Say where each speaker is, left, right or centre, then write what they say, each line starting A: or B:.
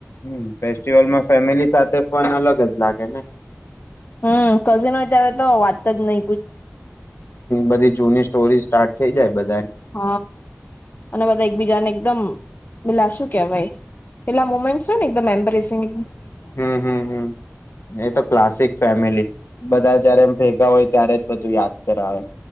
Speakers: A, on the left; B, on the left.
A: હમ્મ ફેસ્ટિવલમાં ફેમિલી સાથે પણ અલગ જ લાગે ને.
B: હમ્મ કઝિન હોય ત્યારે તો વાત જ નહિ
A: બધી જૂની સ્ટોરીઝ સ્ટાર્ટ થઈ જાય બ
B: હ અને બધા એકબીજાને એકદમ મિલાસું કહેવાય પેલા મુમેન્ટસ હોય ને એકદમ એમ્બેસીંગ
A: હમ્મ હમ્મ એ તો ક્લાસિક ફેમિલી બધા જયારે ભેગા હોય ત્યારે બધું યાદ કરાવે.